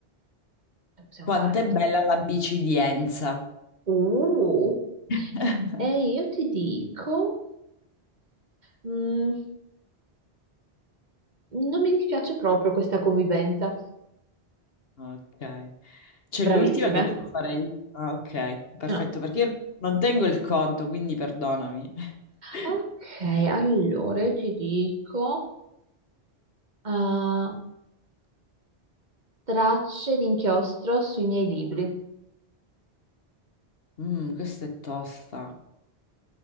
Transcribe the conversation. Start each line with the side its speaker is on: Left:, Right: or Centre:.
Right: possiamo
Left: quanto
Right: fare.
Left: è bella la bicidienza.
Right: Uh.
Left: <laughs>
Right: E io ti dico, mm, non mi dispiace proprio questa convivenza.
Left: Ok. C'è
Right: Bravissime.
Left: l'ultima che devo fare io. Ah, ok, perfetto,
Right: No.
Left: perché io non tengo il conto, quindi perdonami. <laughs>
Right: Ok, allora io ti dico ah, tracce di inchiostro sui miei libri.
Left: Mm, questa è tosta.